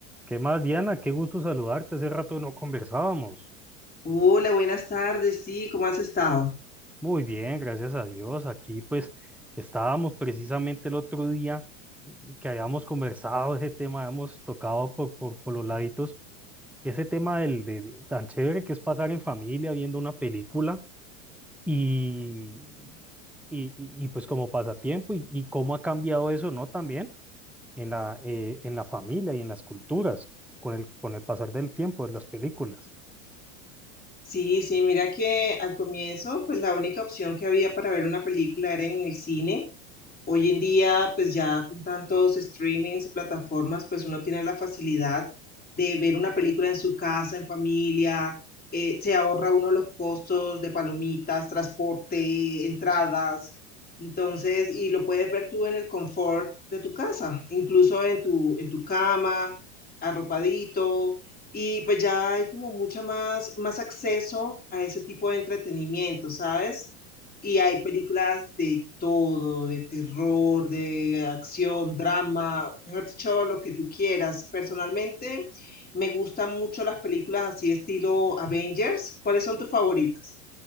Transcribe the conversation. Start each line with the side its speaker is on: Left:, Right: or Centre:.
Centre: ¿Qué más, Diana? Qué gusto saludarte. Hace rato no conversábamos.
Left: Hola, buenas tardes. Sí, ¿cómo has estado?
Centre: Muy bien, gracias a Dios. Aquí pues estábamos precisamente el otro día mm, que habíamos conversado ese tema, habíamos tocado por, por, por los laditos, ese tema del, de, de- tan chévere que es pasar en familia viendo una película y, y, y- y, pues como pasatiempo y, y cómo ha cambiado eso, ¿no? También en la, eh, en la familia y en las culturas con el, con el pasar del tiempo de las películas.
Left: Sí, sí, mira que al comienzo, pues la única opción que había para ver una película era en el cine. Hoy en día, pues ya con tantos streamings y plataformas, pues uno tiene la facilidad de ver una película en su casa, en familia, eh, se ahorra uno los costos de palomitas, transporte, entradas. Entonces, y lo puedes ver tú en el confort de tu casa, incluso en tu, en tu cama, arropadito. Y pues ya hay como mucha más, más acceso a ese tipo de entretenimiento, ¿sabes? Y hay películas de todo, de terror, de acción, drama, mejor dicho, lo que tú quieras. Personalmente, me gustan mucho las películas así estilo Avengers. ¿Cuáles son tus favoritas?